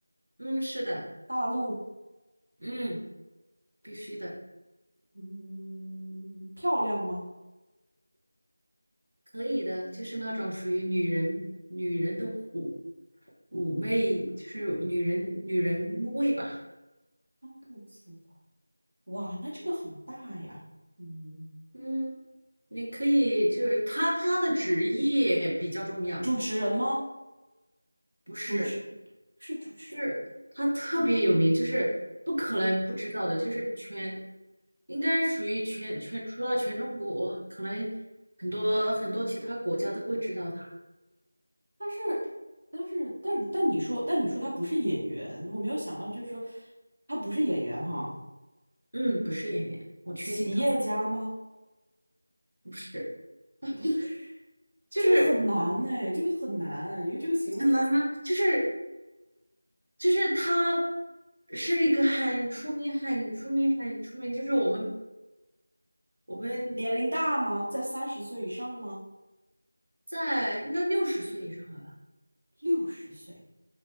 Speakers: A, on the right (about 80°); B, on the right (about 60°).
A: 嗯，是的，
B: 大陆，
A: 嗯，必须的，
B: 嗯，漂亮吗？
A: 可以的，就是那种属于女人女人的妩妩媚，就是女人女人味吧？
B: 三个字的，哇，那这个很大呀。嗯，
A: 嗯，你可以，就是他他的职业比较重要，
B: 主持人吗？
A: 不是。
B: 主持是主持。
A: 就是他特别有名，
B: 人。
A: 就是不可能不知道的，就是全，应该属于全全，除了全中国，可能很多很多其他国家都会知道他。
B: 但是，但是，但但你说，但你说他不是演员，我没有想到，就是说他不是演员哈，
A: 嗯，不是演员，我确定他不是，
B: 企业家吗？
A: 不是，<laughs>
B: 不是，
A: 就是
B: 这个很难呢，这个很难，因为这个形容真
A: 很难吗？就是就是他是一个很出名、很出名、很出名，就是我们我们
B: 年龄大吗？在三十岁以上吗？
A: 在应该六十岁以上了吧？
B: 六十岁，